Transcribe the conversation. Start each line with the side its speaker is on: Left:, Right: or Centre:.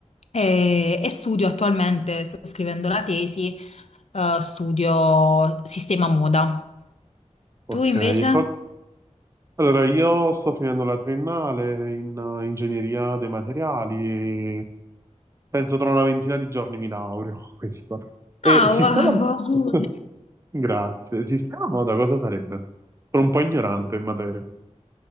Left: e, e studio attualmente, sto scrivendo la tesi, eh, studio sistema moda.
Right: Ok,
Left: Tu invece?
Right: e cos- allora io sto finendo la triennale in eh, ingegneria dei materiali e penso tra una ventina di giorni mi laureo, <laughs> questo. E
Left: Ah,
Right: sistema...
Left: wow!
Right: <laughs> Grazie. Sistema moda cosa sarebbe? Sono un po' ignorante in materia.